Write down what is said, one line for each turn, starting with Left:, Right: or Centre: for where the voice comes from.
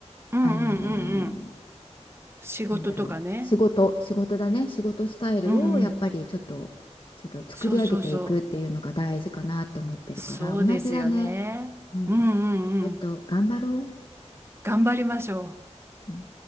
Right: う。うんうんうんうん。
Left: あのー
Right: 仕事とかね。
Left: なんだろう仕事仕事だね仕事スタイルをやっぱりちょっとちょっと作り上げていくっていうのが大事かなって思ってるから同じだね
Right: うんうん。そうそうそう。そうですよね。
Left: うん
Right: うんうんうん。
Left: ちょっと頑張ろ
Right: 頑張りましょう。
Left: う。うん